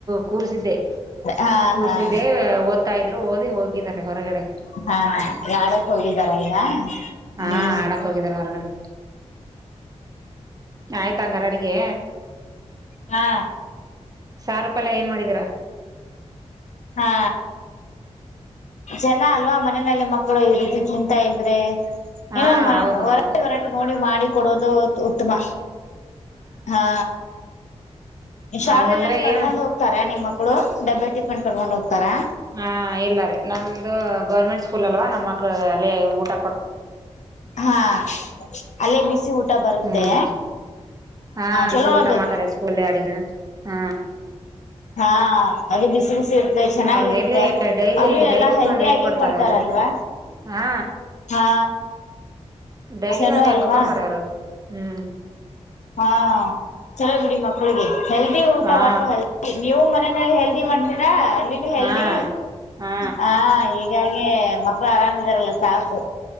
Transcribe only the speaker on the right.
ಕು ರ್ಸಿದ್ದೆ
ಕೂರ್ಸಿದ್ದೆ
ಓದ್ತಾ ಇದ್ರು ಓದಿ ಹೋಗಿದ್ದಾರೆ ಹೊರಗಡೆ.
ಹಾ
ಆಡಕ್ ಹೋಗಿದಾರ ಹೊರಗಡೆ ಆಯ್ತ ಹಂಗಾರ ಅಡ್ಗೆ
ಸಾರ ಪಲ್ಯ ಏನ್ ಮಾಡಿದೀರಾ.
ಹಾ
ಹೌದು
ಹೌದು
ಹಂಗಂದ್ರೆ
ಏನು
ಹಾ ಇಲ್ಲ ರೀ ನಮ್ದು ಗೌರ್ಮೆಂಟ್ ಸ್ಕೂಲ್ ಅಲ್ವಾ ನಮ್ ಮಕ್ಳ ಅಲ್ಲೇ ಊಟ ಕೊಡ್
ಹ್ಮ್ ಹಾ ಬಿಸಿ
ಊಟ
ಮಾಡ್ತಾರೆ ಸ್ಕೂಲ್ ಅಡಗಿನ ಹಾ.
ಅವ್ರಿಗೆ ಎಲ್ಲಿ ಡೈಲಿ
ಡೈಲಿ
ಒಂದ್ ಎಗ್ ಕೊಡ್ತಾರೆ
ಅವರು ಹಾ
ಡೈಲಿ
ಒಂದ್
ಎಗ್ ಕೊಡ್ತಾರೆ ಅವರು ಹ್ಮ್
ಹಾ
ಹಾ ಹಾ